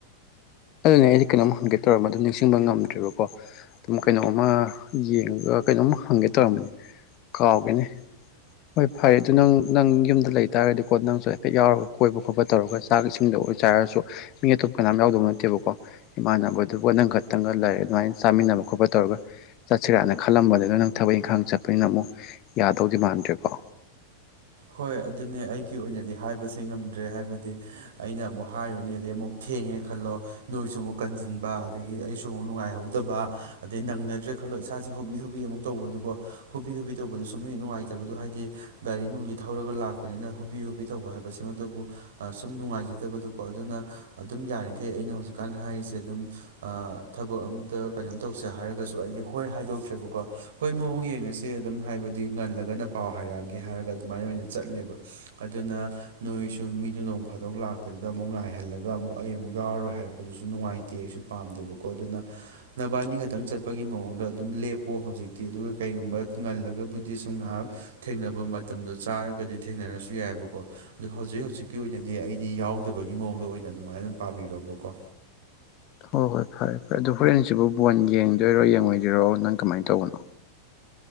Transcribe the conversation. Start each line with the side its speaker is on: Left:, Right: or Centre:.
Left: ꯅ ꯑꯩꯗꯤ ꯀꯩꯅꯣꯝ ꯍꯪꯒꯦ ꯇꯧꯔꯝ ꯃꯗꯨ ꯅꯤꯡꯁꯤꯡꯕ ꯉꯝꯗ꯭ꯔꯤꯕꯀꯣ ꯑꯗꯨꯝ ꯀꯩꯅꯣꯝꯃ ꯌꯦꯡꯉꯒ ꯀꯩꯅꯣꯝꯃ ꯍꯪꯒꯦ ꯇꯧꯔꯝꯕꯅꯤ ꯀꯥꯎꯒꯦꯅꯦ ꯍꯣꯏ ꯐꯔꯦ ꯑꯗꯨꯣ ꯅꯪ ꯅꯪ ꯌꯨꯝꯗ ꯂꯩꯇꯥꯥꯔꯒꯗꯤꯀꯣ ꯅꯪꯁꯨ ꯍꯥꯏꯐꯦꯠ ꯌꯥꯎꯔꯒ ꯀꯣꯏꯕ ꯈꯣꯠꯄ ꯇꯧꯔꯒ ꯆꯥꯛ ꯏꯁꯤꯡꯗ ꯑꯣꯏ ꯆꯥꯏꯔꯁꯨ ꯃꯤ ꯑꯇꯣꯞ ꯀꯅꯥꯝ ꯌꯥꯎꯗꯕ ꯅꯠꯇꯦꯕꯀꯣ ꯏꯃꯥꯟꯅꯕꯗꯨꯕꯨ ꯅꯪꯈ ꯇꯪꯒ ꯂꯩꯥꯏꯔꯦ ꯑꯗꯨꯃꯥꯏꯅ ꯆꯥꯃꯤꯟꯅꯕ ꯈꯣꯠꯄ ꯇꯧꯔꯒ ꯆꯠꯁꯤꯔꯥꯅ ꯈꯜꯂꯝꯕꯅꯤꯅ ꯅꯪ ꯊꯕꯛ ꯏꯪꯈꯥꯡ ꯆꯠꯄꯅꯤꯅ ꯑꯃꯨꯛ ꯌꯥꯗꯧꯗꯤ ꯃꯥꯟꯗ꯭ꯔꯦꯀꯣ
Right: ꯍꯣꯏ ꯑꯗꯨꯅꯦ ꯑꯩꯒꯤ ꯑꯣꯏꯅꯗꯤ ꯍꯥꯏꯕꯁꯦ ꯉꯝꯗ꯭ꯔꯦ ꯍꯥꯏꯕꯗꯤ ꯑꯩꯅ ꯑꯃꯨꯛ ꯍꯥꯏꯔꯨꯅꯦ ꯑꯗꯩ ꯑꯃꯨꯛ ꯊꯦꯡꯉꯦ ꯈꯜꯂꯣ ꯅꯣꯏꯁꯨ ꯑꯃꯨꯛ ꯀꯟꯁꯤꯟꯕ ꯑꯗꯒꯤ ꯑꯩꯁꯨ ꯑꯃꯨꯛ ꯅꯨꯡꯉꯥꯏꯍꯧꯗꯕ ꯑꯗꯩ ꯅꯪꯅꯗ꯭ꯔꯦ ꯈꯜꯂꯣ ꯏꯁꯥꯁꯦ ꯍꯣꯕꯤ ꯍꯣꯕꯤ ꯑꯃꯨꯛ ꯇꯧꯕꯗꯨꯀꯣ ꯍꯨꯕꯤ ꯍꯨꯕꯤ ꯇꯧꯕꯗꯨꯁꯨꯨꯝ ꯍꯦꯛ ꯅꯨꯡꯉꯥꯏꯇꯗꯗꯨ ꯍꯥꯏꯗꯤ ꯒꯥꯔꯤ ꯅꯨꯡꯂꯤ ꯊꯧꯔꯒ ꯂꯥꯛꯄꯅꯤꯅ ꯍꯣꯕꯤ ꯍꯣꯕꯤ ꯇꯧꯕ ꯍꯥꯏꯕꯁꯤꯃꯛꯇꯕꯨ ꯁꯨꯝ ꯅꯨꯡꯉꯥꯏꯖꯗꯕꯗꯨꯀꯣ ꯑꯗꯨꯅ ꯑꯗꯨꯝ ꯌꯥꯔꯤꯈꯩ ꯑꯩꯅ ꯍꯧꯖꯤꯛꯀꯥꯟ ꯍꯥꯏꯔꯤꯁꯦ ꯑꯗꯨꯝ ꯊꯕꯛ ꯑꯝꯇ ꯀꯩꯅꯣꯝ ꯇꯧꯁꯦ ꯍꯥꯏꯔꯒꯁꯨ ꯑꯩꯗꯤ ꯍꯣꯏ ꯍꯥꯏꯗꯣꯛꯇ꯭ꯔꯦꯕꯀꯣ ꯍꯣꯏ ꯃꯑꯣꯡ ꯌꯦꯡꯉꯁꯤ ꯑꯗꯨꯝ ꯍꯥꯏꯕꯗꯤ ꯉꯜꯂꯒꯅ ꯄꯥꯎ ꯍꯥꯏꯔꯛꯑꯒꯦ ꯍꯥꯏꯔꯒ ꯑꯗꯨꯃꯥꯏꯅ ꯑꯣꯏꯅ ꯆꯠꯂꯦꯕ ꯑꯗꯨꯅ ꯅꯣꯏꯁꯨ ꯃꯤꯗꯨ ꯅꯣꯡ ꯐꯥꯗꯧ ꯂꯥꯛꯄꯗꯨꯗ ꯑꯃꯨꯛ ꯉꯥꯏꯍꯜꯂꯒ ꯑꯃꯨꯛ ꯑꯩ ꯑꯃꯨꯛ ꯌꯥꯎꯔꯣꯏ ꯍꯥꯏꯔꯛꯄꯗꯨꯁꯨ ꯅꯨꯡꯉꯥꯏꯇꯦ ꯇꯤ ꯑꯩꯁꯨ ꯄꯥꯝꯗꯦꯕꯀꯣ ꯑꯗꯨꯅ ꯅꯕꯥꯅꯤ ꯈꯛꯇꯪ ꯆꯠꯄꯒꯤ ꯃꯑꯣꯡꯗ ꯑꯗꯨꯝ ꯂꯦꯞꯄꯣ ꯍꯧꯖꯤꯛꯇꯤ ꯑꯗꯨꯒ ꯀꯩꯒꯨꯝꯕ ꯉꯜꯂꯒꯕꯨꯗꯤ ꯁꯨꯝ ꯉꯥꯏꯍꯥꯛ ꯊꯦꯡꯅꯕ ꯃꯇꯝꯗꯣ ꯆꯥꯔꯒꯗꯤ ꯊꯦꯡꯅꯔꯁꯨ ꯌꯥꯏꯑꯕꯀꯣ ꯑꯗ ꯍꯧꯖꯤꯛ ꯍꯧꯖꯤꯛꯀꯤ ꯑꯣꯏꯅꯗꯤ ꯑꯩꯗꯤ ꯌꯥꯎꯗꯕꯒꯤ ꯃꯑꯣꯡꯗ ꯑꯣꯏꯅ ꯑꯗꯨꯃꯥꯏꯅ ꯑꯗꯨ ꯄꯥꯕꯤꯔꯣꯕꯀꯣ
Left: ꯍꯣꯏ ꯍꯣꯏ ꯐꯔꯦ ꯐꯔꯦ ꯑꯗꯨꯗꯣ ꯍꯣꯔꯦꯟꯁꯤꯕꯨ ꯕꯣꯟ ꯌꯦꯡꯗꯣꯏꯔꯣ ꯌꯦꯡꯉꯣꯏꯗꯣꯏꯔꯣ ꯅꯪ ꯀꯃꯥꯏꯅ ꯇꯧꯕꯅꯣ